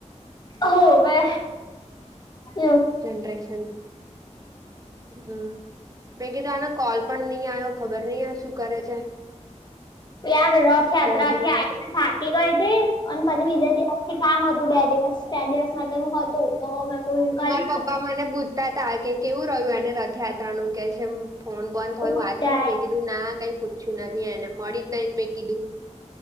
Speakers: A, on the left (about 35°); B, on the right (about 30°).
A: હો બે એ
B: જનરેશન હમ મે કીધું આને કોલ પણ નહી આવ્યો ખબર નહી આ શું કરે છે?
A: યાર રથયાત્રા
B: બે દિવસ
A: થી આવીને થાકી ગઈ તી અને પછી બીજે કામ હતું બે દિવસ બે દિવસ માટે હતું તો પૂરું કરી
B: મારા પપ્પા મને પૂછતા તા કે કેવું રહ્યું એને રથયાત્રા નું કે છે? ફોન બંધ થય
A: બહુ
B: વાત
A: મજા
B: થઈ
A: આઈ
B: મેં કીધું ના કઈ પૂછ્યું નહીએને મળી જ નઈને મેં કીધું.